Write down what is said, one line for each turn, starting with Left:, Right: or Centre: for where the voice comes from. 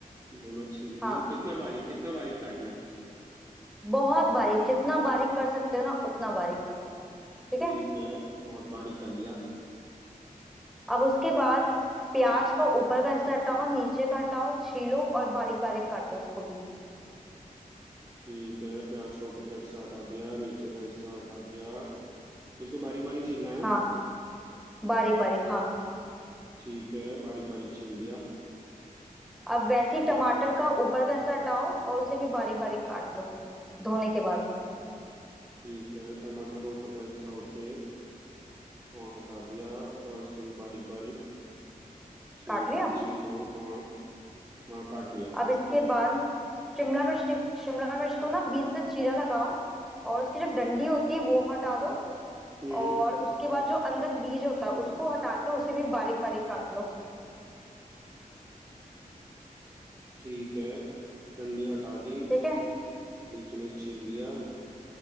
Right: दोनों छील
Centre: हाँ
Right: ली कितना बारीक कितना बारीक काटना है
Centre: बहुत बारीक जितना बारीक कर सकते हो ना उतना बारीक ठीक
Right: ठीक
Centre: है
Right: है बहुत बारीक कर लिया
Centre: अब उसके बाद प्याज का ऊपर का हिस्सा हटाओ नीचे का हटाओ छीलो और बारीक बारीक काटो उसको भी
Right: ठीक है प्याज का ऊपर का हिस्सा हटा दिया नीचे का हिस्सा हटा दिया इसको बारीक बारीक छीलना है
Centre: हाँ बारीक बारीक हाँ
Right: ठीक है बारीक बारीक छील दिया
Centre: अब वैसे ही टमाटर का ऊपर का हिस्सा हटाओ और उसे भी बारीक बारीक काट लो धोने के बाद
Right: ठीक है टमाटर का ऊपर का हिस्सा ओके हाँ हटा दिया और इसको भी बारीक बारीक ठीक
Centre: काट लिया
Right: है छील रहा हूँ हाँ हाँ काट लिया
Centre: अब इसके
Right: कट
Centre: बाद शिमला मिर्च निक- शिमला मिर्च को ना बीच से चीरा लगाओ और उसकी जो डंडी होती है वो हटा दो
Right: हम्म
Centre: और उसके बाद जो अंदर बीज होता है उसको हटा के उसे भी बारीक बारीक काट लो
Right: ठीक है डंडी हटा दी
Centre: ठीक है
Right: बीच में से छील लिया